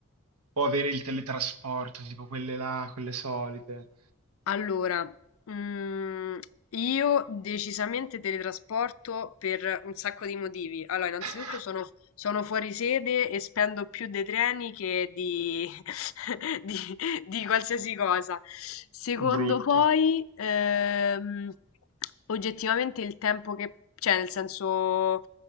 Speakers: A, on the right (about 85°); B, on the left (about 70°).
A: o avere il teletrasporto, tipo quelle là, quelle solite.
B: Allora, mm, io decisamente teletrasporto per un sacco di motivi. Allora, innanzitutto
A: <laughs>
B: sono, sono fuori sede e spendo più dei treni che di, <laughs> di, di qualsiasi cosa. Secondo
A: Brutto.
B: poi, ehm, oggettivamente il tempo che... Cioè, nel senso...